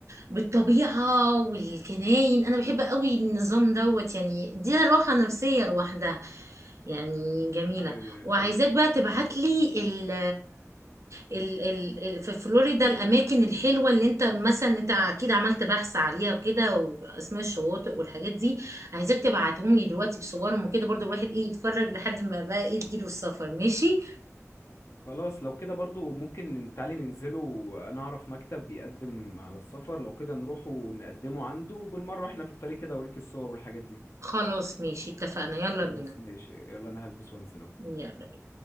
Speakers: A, on the right (about 65°); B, on the left (about 55°).
A: بالطبيعه والجناين انا بحب قوي النظام دوت يعني دي راحه نفسيه لوحدها يعني جميلة
B: ايوه أيوة،
A: وعايزاك
B: فاهمك
A: بقى تبعت لي ال ال ال ال- في فلوريدا الأماكن الحلوة اللي أنت مثلا أنت أكيد عملت بحث عليها وكده وأسماء الشواطئ والحاجات دي عايزاك تبعتهم لي دلوقتي بصورهم وكده برضو الواحد إيه يتفرج لحد ما بقى إيه تجيله السفر ماشي
B: خلاص لو كده برضو ممكن ن- تعالي ننزله انا اعرف مكتب بيقدم على السفر لو كده نروح ونقدمه عنده وبالمره واحنا في الطريق كده اوريك الصور والحاجات دي
A: خلاص ماشي اتفقنا يلا
B: خلاص
A: بينا
B: ماشي يلا انا هلبس وانزل اهو
A: يلا بينا